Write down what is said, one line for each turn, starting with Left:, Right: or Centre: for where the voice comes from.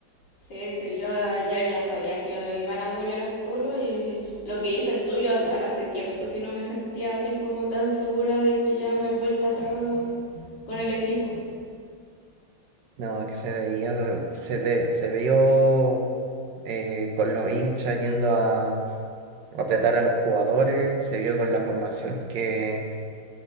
Left: Sí, sí, yo ayer ya sabía que iban a golear el Colo y lo que dices tú, yo igual hace tiempo que no me sentía así como tan segura de que ya no hay vuelta atrás con el equipo.
Right: No, es que se veía, se ve, se vio eh, con los hinchas yendo a apretar a los jugadores, se vio con la formación que,